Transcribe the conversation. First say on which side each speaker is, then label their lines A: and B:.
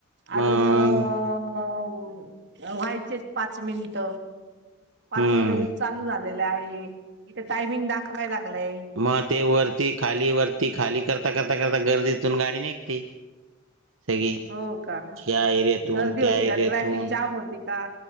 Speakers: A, on the right; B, on the right.
A: मग
B: अजून अ व्हायचेत पाच मिनिट. पाचव
A: हम्म
B: मिनिट चालू झालेले आहे इथे टायमिंग दाखवाय लागलाय.
A: मग ते वरती खाली वरती खाली करता करता करता गर्दीतून गाडी निघती. हे घे
B: हो का
A: या एरियातून
B: गर्दी
A: त्या
B: होती
A: एरियातून.
B: का ट्रॅफिक जाम होती का